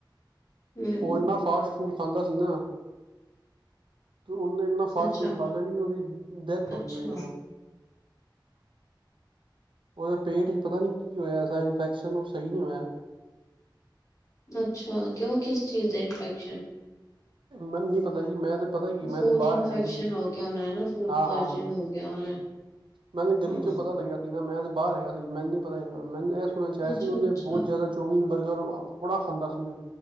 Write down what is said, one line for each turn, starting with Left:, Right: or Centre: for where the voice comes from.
Left: ਹੂੰ
Right: ਉਹ ਇੰਨਾ ਫਾਸਟ ਫੂਡ ਖਾਂਦਾ ਸੀ ਨਾ ਤੇ ਉਹਨੇ ਇੰਨਾ ਫਾਸਟ
Left: ਅੱਛਾ,
Right: ਫੂਡ ਖਾ ਲਿਆ ਕਿ ਉਹਦੀ ਡੈਥ ਹੋ
Left: ਅੱਛਾ।
Right: ਗਈ ਵੇਖ ਲਓ ਉਹਦੇ ਪੇਟ ਚ ਪਤਾ ਨਹੀਂ ਕੀ ਹੋਇਆ ਐਸਾ ਇਨਫੈਕਸ਼ਨ ਉਹ ਸਹੀ ਨਹੀਂ ਹੋਇਆ
Left: ਅੱਛਾ ਕਿਉਂ ਕਿਸ ਚੀਜ਼ ਦੀ ਇਨਫੈਕਸ਼ਨ
Right: ਮੈਨੂੰ ਨੀ ਪਤਾ ਜੀ ਮੈਂ ਤੇ ਪਤਾ ਕੀ
Left: ਫੂਡ
Right: ਮੈਂ ਤੇ ਬਾਹਰ
Left: ਇਨਫੈਕਸ਼ਨ
Right: ਹੈਗਾ ਸੀ
Left: ਹੋ ਗਿਆ ਹੋਣਾ ਨਾ ਫੂਡ
Right: ਹਾਂ
Left: ਪੁਆਇਜਨ
Right: ਹਾਂ
Left: ਹੋ ਗਿਆ ਹੋਣਾ
Right: ਮੈਨੂੰ ਗਲੀ
Left: ਹਾਂ
Right: ਚੋਂ ਪਤਾ ਲੱਗਿਆ ਸੀ ਨਾ ਮੈਂ ਬਾਹਰ ਆਇਆ ਸੀ ਮੈਨੂੰ ਨੀ ਪਤਾ ਜਾਂਨਾ ਮੈਨੂੰ ਚਾਹਆ
Left: ਅੱਛਾ-ਅੱਛਾ,
Right: ਸੀ ਉਹਨੇ ਬਹੁਤ ਜ਼ਿਆਦਾ ਚੌਮੀਨ ਬਰਗਰ ਬੜਾ ਖਾਂਦਾ ਸੀ ਉਹ